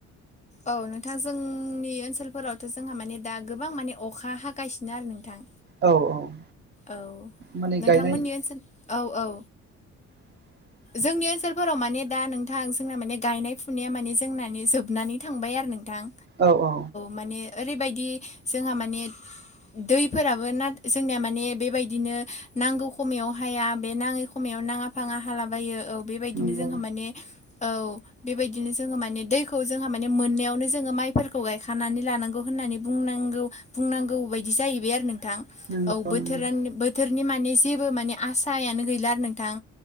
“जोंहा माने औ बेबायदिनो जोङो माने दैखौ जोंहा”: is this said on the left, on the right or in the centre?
Left